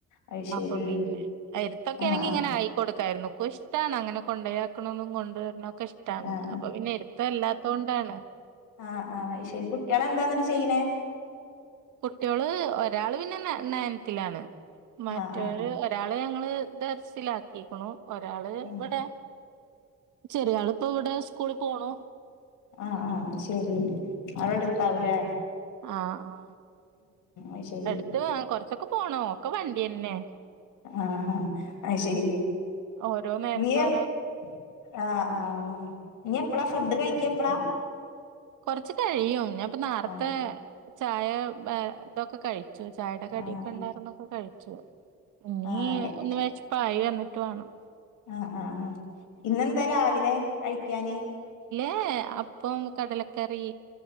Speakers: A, on the left; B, on the right.
A: അത് ശരി
B: അപ്പൊ പിന്നെ എട്ത്തൊക്കെ
A: ആഹ്
B: ആണെങ്കി
A: ആഹ്
B: ഇങ്ങനെ ആയിക്കോട്ടെ കായിരുന്നു ഇഷ്ടാണ് അങ്ങനെ കൊണ്ടയാക്കണോനും കൊണ്ട് കൊണ്ട് വര്നൊക്കെ ഇഷ്ടാണ്
A: ആഹ്
B: അപ്പൊ പിന്നെ എട്ത് അല്ലാത്തോണ്ടാണ്
A: ആ ആ ആയിശരി കുട്ടികള് എന്താന്നിട്ട് ചെയ്യ്ണെ
B: കുട്ടികള് ഒരാള് പിന്നെ നയൻത്തിലാണ് മറ്റൊര്
A: ആഹ് ആഹ്
B: ഒരാള് ഞങ്ങള് ദർസിലാക്കിക്ണു ഒരാള്
A: ആഹ്
B: ഇവിടെ ചെറിയ ആള് ഇപ്പൊ ഇവിടെ സ്കൂളിൽ പോണു
A: ആ ആ ശരി അവിടെ അടുത്താവുംലേ
B: ആ ആ
A: അത് ശരി
B: അട്ത്ത് വ കൊറച്ചൊക്കെ പോണം ഒക്കെ വണ്ടിയന്നെ
A: ആ ആ അയ് ശരി
B: ഓരോ നേരത്തെ
A: നീ എപ്പ്
B: ഓരോ
A: ആ ആ ഇനി എപ്പളാ ഫുഡ് കഴിക്ക എപ്പളാ
B: കൊറച്ച് കഴിയും ഞാപ്പ നേർത്തെ
A: ആഹ്
B: ചായ ഇതൊക്കെ കഴി ചായയുടെ കടിയൊക്കെ
A: ആഹ്
B: ഉണ്ടായിരുന്നൊക്കെ കഴിച്ചു ഇനി
A: ആഹ്
B: ഒന്ന് വെച്ച് ഇപായി വന്നി ട്ട് വാണം
A: ആ ആ ഇന്നെന്താ രാവിലെ കഴിക്കാന്
B: ഏ അപ്പം കടലക്കറി